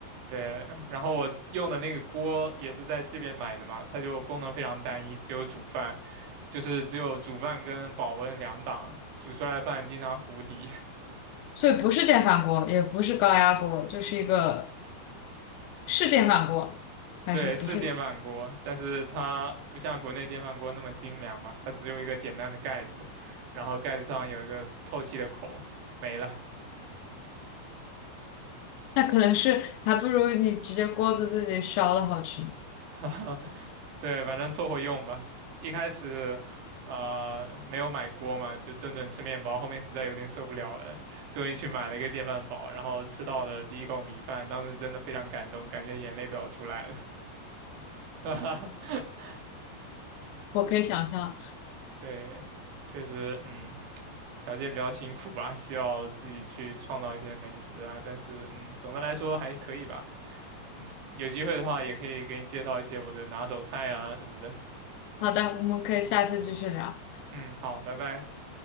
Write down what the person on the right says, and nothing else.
对，然后我用的那个锅也是在这边买的嘛，它就功能非常单一，只有煮饭，就是只有煮饭跟保温两档，煮出来的饭经常糊底。
<laughs> 对，是电饭锅，但是它不像国内电饭锅那么精良嘛，它只有一个简单的盖子，然后盖子上有一个透气的孔，没了。
<laughs> 对，反正凑合用吧。一开始，啊，没有买锅嘛，就顿顿吃面包，后面实在有点受不了了，终于去买了一个电饭煲，然后吃到了第一口米饭，当时真的非常感动，感觉眼泪都要出来了。<laughs>
对，确实，嗯，条件比较辛苦吧，需要自己去创造一些美食啊，但是，嗯，总的来说还可以吧。嗯，有机会的话也可以给你介绍一些我的拿手菜啊什么的。
嗯，好，拜拜。